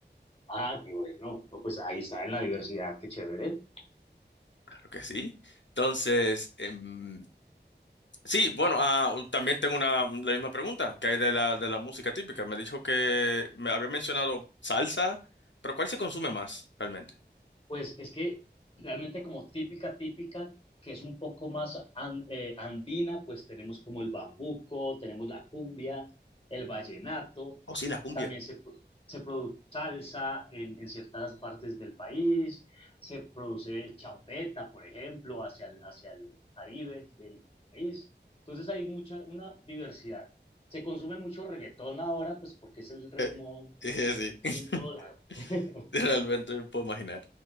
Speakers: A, on the left (about 30°); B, on the left (about 80°).
A: Ah, qué bueno. No, pues ahí está en la diversidad, qué chévere.
B: Claro que sí. Entonces, em, sí, bueno, ah, también tengo una, la misma pregunta que hay de la, de la música típica. Me dijo que me había mencionado salsa, pero ¿cuál se consume más realmente?
A: Pues es que realmente como típica, típica, que es un poco más an- eh, andina, pues tenemos como el bambuco, tenemos la cumbia, el vallenato,
B: Oh, sí, la cumbia.
A: también se, pro- se produce salsa en, en ciertas partes del país, se produce champeta, por ejemplo, hacia el, hacia el Caribe del país. Entonces hay mucha, una diversidad. Se consume mucho reggaetón ahora, pues porque es el
B: <laughs>
A: ritmo
B: Eh, eh, sí.
A: en todo
B: <laughs>
A: lado. <laughs>
B: <laughs> Realmente no puedo imaginar.